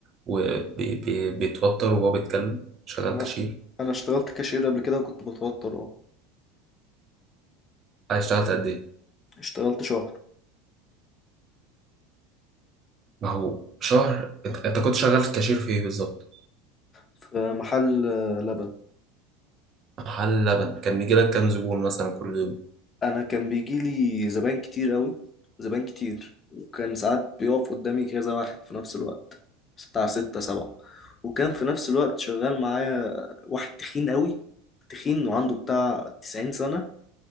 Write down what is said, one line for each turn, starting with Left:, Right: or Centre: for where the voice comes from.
Right: وبيتوتر وهو بيتكلم شغال
Left: لا،
Right: كاشير
Left: انا اشتغلت كاشير قبل كده وكنت بتوتر اه
Right: قاعد اشتغلت قد ايه
Left: اشتغلت شهر
Right: ما هو شهر انت, انت كنت شغال كاشير في ايه بالظبط
Left: في محل آه، لبن
Right: محل لبن كان بيجي لك كام زبون مثلا كل يوم
Left: انا كان بيجي لي زباين كتير قوي زباين كتير وكان ساعات بيقف قدامي كذا واحد في نفس الوقت بتاع ستة سبعة وكان في نفس الوقت شغال معايا واحد تخين قوي تخين وعنده بتاع تسعين سنة